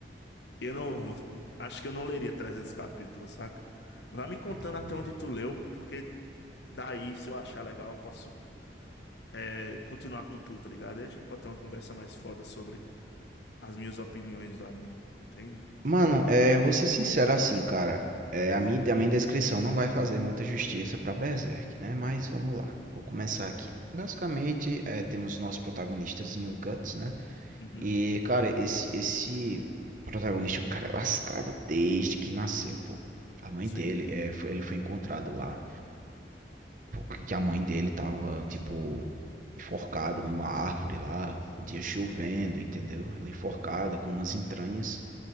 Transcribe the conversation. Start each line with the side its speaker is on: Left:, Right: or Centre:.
Left: Eu não. Acho que eu não leria 300 capítulos, saca? Vai me contando
Right: Não,
Left: até
Right: mas
Left: onde tu leu, porque daí, se eu achar legal, eu posso é, continuar com tu, tá ligado? Aí a gente pode ter uma conversa mais foda sobre as minhas opiniões do anime, entende?
Right: Mano, é, vou ser sincero assim, cara. É, a minha, a minha descrição não vai fazer muita justiça pra Berserk, né? Mas vamos lá, vou começar aqui. Basicamente, é, temos o nosso protagonistazinho, o Guts, né?
Left: Uhum,
Right: E, cara, esse, esse protagonista, o cara é lascado desde que nasceu, pô. A mãe
Left: sim.
Right: dele, é, foi- ele foi encontrado lá, porque a mãe dele tava, tipo, enforcada numa árvore lá, o dia chovendo, entendeu? Ela é enforcada com umas entranhas